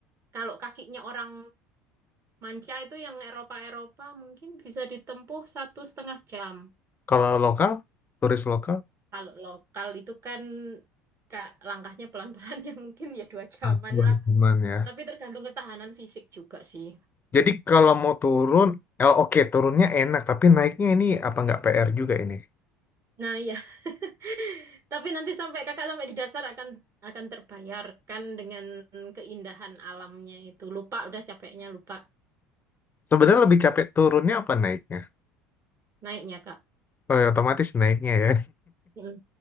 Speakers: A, on the right; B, on the left.
A: kalau kakinya orang manca itu yang Eropa-Eropa mungkin bisa ditempuh satu setengah jam.
B: Kalau lokal, turis lokal,
A: Kalau lokal itu kan Kak, langkahnya pelan-pelan <laughs> ya mungkin ya dua jaman
B: ah, dua
A: lah.
B: bulan ya.
A: Tapi tergantung ketahanan fisik juga sih.
B: Jadi kalau mau turun, oh, oke turunnya enak, tapi naiknya ini apa nggak PR juga ini?
A: Nah, ya. <laughs> Tapi nanti sampai kakak sampai di dasar akan akan terbayarkan dengan keindahan alamnya itu. Lupa udah capeknya lupa
B: Sebenarnya lebih capek turunnya apa naiknya?
A: naiknya kak.
B: Oh, ya, otomatis naiknya ya.
A: Mm.